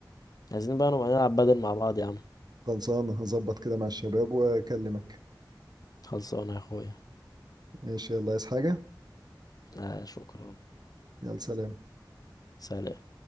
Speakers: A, on the left (about 50°); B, on the right (about 60°).
A: عايزين بقى نبقى نلعب بدل مع بعض يا عم
B: خلصانه هظبط كده مع الشباب واكلمك
A: خلصانه يا اخويا
B: ماشي يلا عايز حاجه
A: آه شكرا
B: يلا سلام
A: سلام